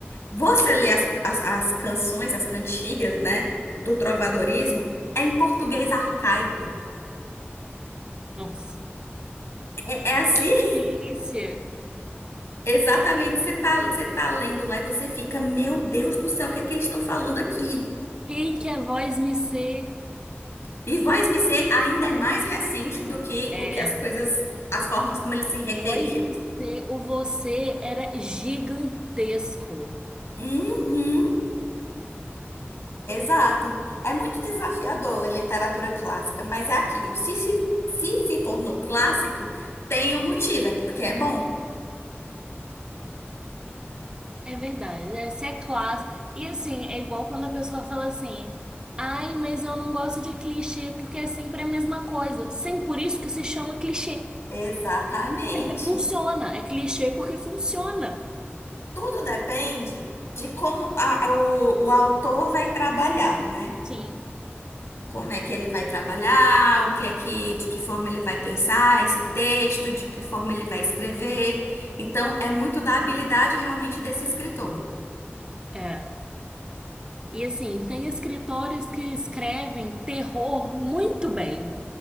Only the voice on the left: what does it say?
Você lê as, as, as canções, as cantigas, né, do trovadorismo, é em português arcaico.
É, é assim? <laughs>
Exatamente. Você tá, você tá lendo lá e você fica, meu Deus do céu, o que é que eles estão falando aqui?
E voz-me ser ainda é mais recente do que
o que as coisas, as formas como eles se referiam.
Uhum, exato. É muito desafiador ler literatura clássica, mas é aquilo. Se se, se, se tornou clássico, tem um motivo, é porque é bom.
Exatamente.
Tudo depende de como a- o, o autor vai trabalhar, né?
Como é que ele vai trabalhar, o que é que, de que forma ele vai pensar esse texto, de que forma ele vai escrever. Então, é muito da habilidade realmente desse escritor.